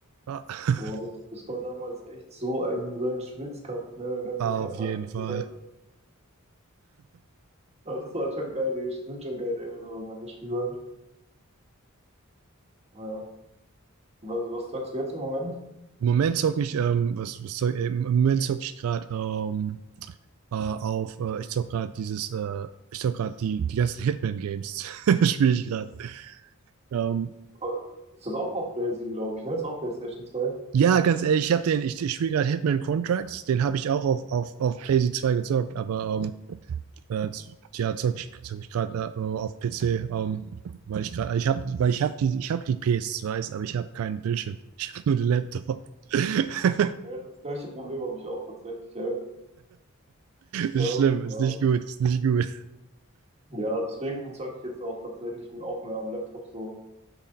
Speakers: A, on the right (about 80°); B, on the right (about 30°).
A: Ah. <laughs>
B: Boah, das, das war damals echt so ein, so ein Schwitzkampf, ne? Mein ganzer
A: Auf
B: Körper
A: jeden
B: hat gezittert.
A: Fall.
B: Aber das waren schon geile, sind schon geile Erinnerungen an das Spiel, Mann. Ja. Was, was sagst du jetzt im Moment?
A: Im Moment zocke ich, ähm, was, was zock, äh, im Moment zocke ich gerade ähm, äh, auf, äh, ich zocke gerade dieses, äh, ich zocke gerade die, die ganzen Hitman-Games, <laughs> spiele ich gerade. Ähm,
B: Äh, Ist das auch auf PlayStation, glaube ich, ne? Ist auch PlayStation zwei
A: ja, ganz ehrlich, ich habe den, ich, ich spiele gerade Hitman Contracts, den habe ich auch auf, auf, auf PlayZ 2 gezockt, aber ähm, Äh, ja, zocke ich, zock ich gerade äh, auf PC, ähm, weil ich gerade, ich habe, weil ich habe die, ich habe die PS2s, aber ich habe keinen Bildschirm. <laughs> Ich habe nur den Laptop. <laughs>
B: Ja, das gleiche Problem habe ich auch tatsächlich, ja.
A: Ist
B: Ja,
A: schlimm,
B: ja.
A: ist nicht gut, ist nicht gut.
B: Ja, deswegen zocke ich jetzt auch tatsächlich auch mehr am Laptop so.